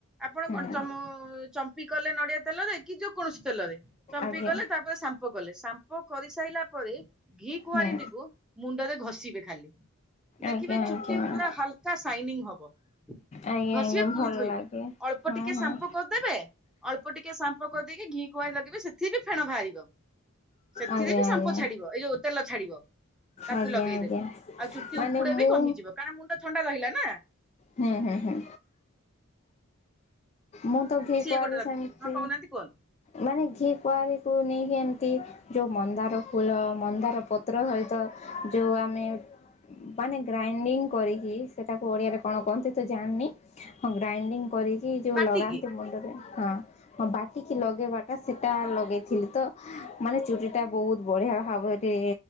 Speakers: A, in the centre; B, on the left.
A: ଆପଣ
B: ହୁଁ
A: କଣ ଚ ଚମ୍ପି କଲେ ନଡିଆ ତେଲରେ କି ଯେ କୌଣସି ତେଲରେ ଚମ୍ପି
B: ଆଜ୍ଞା
A: କଲେ ତାପରେ ସାମ୍ପ କଲେ ସାମ୍ପ କରିସାରିଲା ପରେ ଘି କୁଆଁରୀଟିକୁ
B: ହୁଁ
A: ମୁଣ୍ଡରେ ଘଷିବେ ଖାଲି ଦେଖିବେ
B: ଆଜ୍ଞା
A: ଚୁଟି
B: ଆଜ୍ଞା।
A: ପୁରା ହଲକା ହବ
B: ଆଜ୍ଞା
A: ଘଷିବେ
B: ଆଜ୍ଞା
A: ପୁଣି
B: ଭଲ
A: ଧୋଇବେ
B: ଲାଗେ
A: ଅଳ୍ପ
B: ହଁ
A: ଟିକେ
B: ହଁ
A: ସାମ୍ପୁ କରିଦେବେ ଅଳ୍ପ ଟିକେ ସାମ୍ପ ପକ ଦେଇକି ଘିକୁଆଁରୀ ଲଗେଇେ ସେଥି ବି ଫେଣ ବାହାରିବ ସେଥିରେ
B: ଆଜ୍ଞା
A: ବି
B: ଆଜ୍ଞା।
A: ସାମ୍ପୁ ଛାଡିବ ଏଇ ଯୋଉ ତେଲ ଛାଡିବ ତାକୁ
B: ଆଜ୍ଞା
A: ଲଗେଇଦେବେ
B: ଆଜ୍ଞା
A: ଆଉ ଚୁଟି
B: ମାନେ
A: ଉପୁଡା
B: ମୁଁ
A: ବି କମିଯିବ କାରଣ ମୁଣ୍ଡ ଥଣ୍ଡା ରହିଲାନା ହଁ
B: ହୁଁ ହୁଁ ହୁଁ ମୁଁ ତ ଘିକୁଆଁରୀ
A: ସିଏ ଗୋଟେ ରଖିବେ
B: ସେମିତି
A: ହଁ କହୁନାହାନ୍ତି କୁହନ୍ତୁ
B: ମାନେ ଘି କୁଆରୀକୁ ନେଇକି ଏମିତି ଯେଉଁ ମନ୍ଦାର ଫୁଲ ମନ୍ଦାର ପତ୍ର ସହିତ ଯଉଆମେ ମାନେ ଗ୍ରାଇଣ୍ଡିଙ୍ଗ କରିକି ସେଟାକୁ ଓଡ଼ିଆରେ କଣ କହନ୍ତି ତ ଜାଣିନି ହଁ ଗ୍ରାଇଡିଂ କରିକି ଯୋଉ
A: ବାଟିକି
B: ଲଗାନ୍ତି ମୁଣ୍ଡରେ ହଁ ହଁ ବାଟିକି ଲଗେଇବା ଟା ସେଟା ଲଗେଇଥିଲି ତ ମାନେ ଚୁଟିଟା ବହୁତ ବଢିଆ ଖାବ ଏଠି